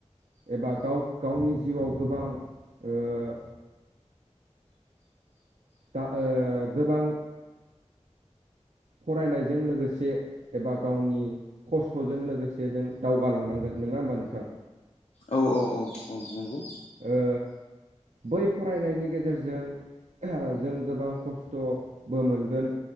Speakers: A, on the right; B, on the left.
A: एबा गाव गावनि जिउआव गोबां ओ दा ओ गोबां फरायनायजों लोगोसे एबा गावनि खस्थ'जों लोगोसे जों दावगालांनांगोन नङा होमबा नोंथां?
B: औ औ औ औ नंगौ।
A: ओ बै फरायनायनि गेजेरजों जों गोबां खस्थ'बो मोनगोन